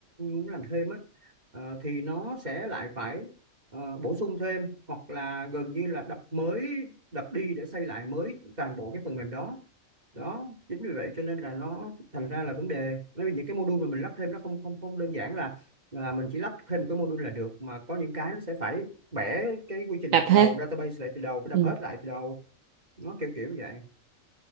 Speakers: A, on the right; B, on the right.
A: muốn làm thêm á ờ, thì nó sẽ lại phải ờ, bổ sung thêm hoặc là gần như là đập mới đập đi để xây lại mới toàn bộ cái phần mềm đó đó chính vì vậy cho nên là nó thành ra là vấn đề bởi vì những cái module mà mình lắp thêm nó không không không đơn giản là là mình chỉ lắp thêm một cái module là được mà có những cái nó sẽ phải bẻ cái quy trình
B: đập
A: lại từ
B: hết
A: đầu database lại từ đầu phải đập
B: ừ.
A: hết lại từ đầu nó kiểu kiểu vậy